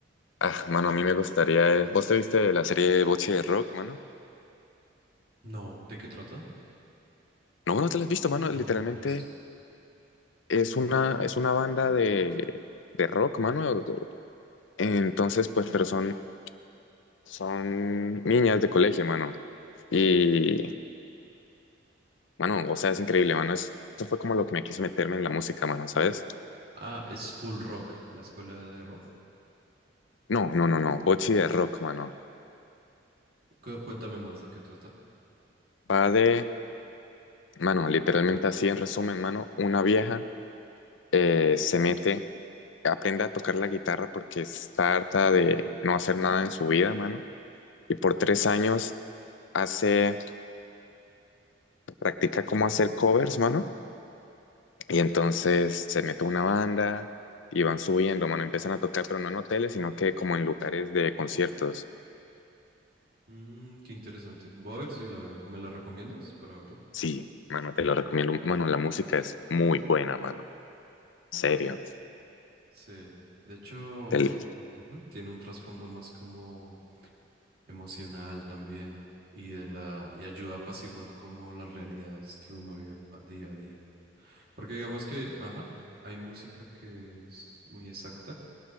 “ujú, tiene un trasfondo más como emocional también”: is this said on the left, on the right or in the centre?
Right